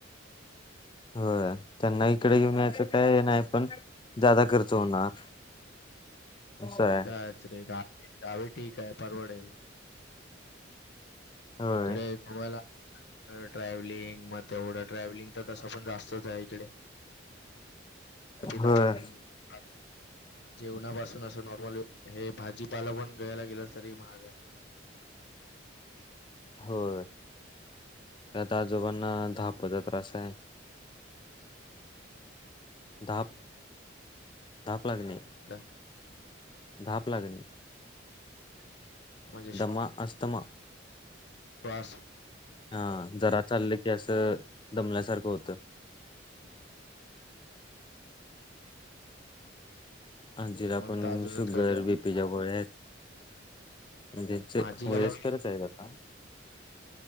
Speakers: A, on the left; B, on the left.
A: होय त्यांना इकडे घेऊन याचं काय हे नाही पण जादा खर्च होणार. असं आहे
B: ते तर आहेच रे गावी गावी ठीक आहे परवडेल
A: होय
B: इकडे, तुम्हाला ट्रॅव्हलिंग मग तेवढं ट्रॅव्हलिंग तर तसं पण जास्तच आहे इकडे. तिनपण
A: होय
B: आप, जेवणापासून असं नॉर्मल हे भाजीपाला पण घ्यायला गेलास तरी महाग आहे.
A: होय त्यात आजोबांना धापचा त्रास आहे. धाप, धाप लागणे.
B: <unintelligible>
A: धाप लागने.
B: <unintelligible>
A: मा अस्तमा-
B: पास
A: हा जरा चाललं की असं दमल्यासारखं होतं. आजी ला
B: मग
A: पण
B: तर अजूनच
A: Sugar
B: कट आहे.
A: BP. तेज्या गोळ्या आहेत त्यांच
B: मग आजीला
A: मुलेच
B: बघ
A: खरच आहे आता.